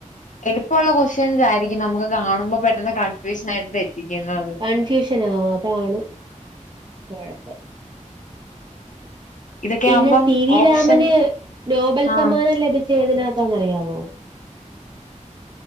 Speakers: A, on the left (about 70°); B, on the right (about 35°).
A: എളുപ്പ ഉള്ള കൊസ്റ്റ്യൻസായിരിക്കും ന്നമുക്ക് കാണുമ്പം പെട്ടെന്ന് കൺഫ്യൂഷനായിട്ട് തെ റ്റിക്കുന്നത്
B: കൺഫ്യൂഷനാവും അതാണ് കൊഴപ്പം
A: ഇതൊക്കെ
B: പിന്നെ
A: ആവുമ്പം
B: സി വി
A: ഓപ്ഷൻ
B: രാമന് നോബൽ
A: ആഹ്
B: സമ്മാനം ലഭിച്ചേ ഏതിനാത്താന്നറിയാവോ?